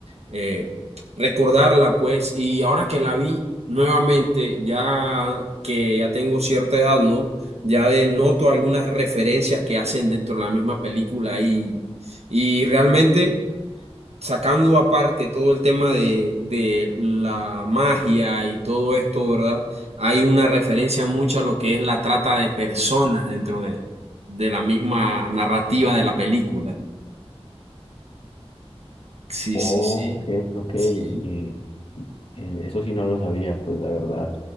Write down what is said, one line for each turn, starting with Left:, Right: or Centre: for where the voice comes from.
Right: eh, recordarla, pues, y ahora que la vi nuevamente, ya que ya tengo cierta edad, ¿no? Ya de noto algunas referencias que hacen dentro de la misma película y, y realmente sacando aparte todo el tema de, de la magia y todo esto, ¿verdad? Hay una referencia mucho a lo que es la trata de personas dentro de, de la misma narrativa de la película. Sí,
Left: Ok,
Right: sí, sí.
Left: ok.
Right: Sí.
Left: eh, Eh, eso sí no lo sabía, pues la verdad,